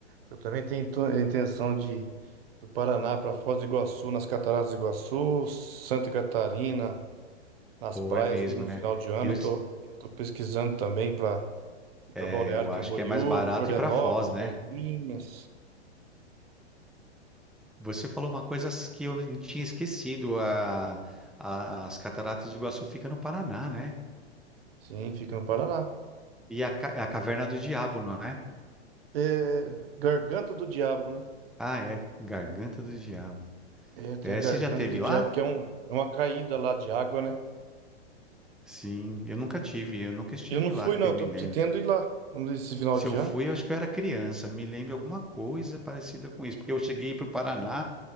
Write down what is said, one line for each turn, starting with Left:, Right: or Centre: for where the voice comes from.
Right: Eu também tenho intu- intenção de do Paraná para Foz do Iguaçu, nas Cataratas do Iguaçu, Santa Catarina, nas
Centre: Ou
Right: praias
Centre: é mesmo,
Right: ali no
Centre: né?
Right: final de ano.
Centre: Eu,
Right: Eu Tô, tô pesquisando também para ir
Centre: é,
Right: para Balneário
Centre: eu acho
Right: Camboriú,
Centre: que é mais barato
Right: Florianópolis,
Centre: ir para Foz, né?
Right: Bombinhas.
Centre: Você falou uma coisa que eu não tinha esquecido. A, a- as Cataratas do Iguaçu fica no Paraná, né?
Right: Sim, fica no Paraná.
Centre: E a, ca- é a Caverna do Diabo, não é?
Right: É, Garganta do Diabo, né?
Centre: Ah, é. Garganta do Diabo.
Right: É, tem
Centre: É,
Right: a Garganta
Centre: você já teve
Right: do Diabo,
Centre: lá?
Right: que é um, é uma caída lá de água, né?
Centre: Sim, eu nunca tive. Eu nunca estive
Right: Eu não fui,
Centre: lá, que
Right: não.
Centre: eu
Right: Tô
Centre: me lembro.
Right: pretendo ir lá nesse final
Centre: Se
Right: de
Centre: eu
Right: ano.
Centre: fui, eu acho que eu era criança. Me lembro alguma coisa parecida com isso. Porque eu cheguei para o Paraná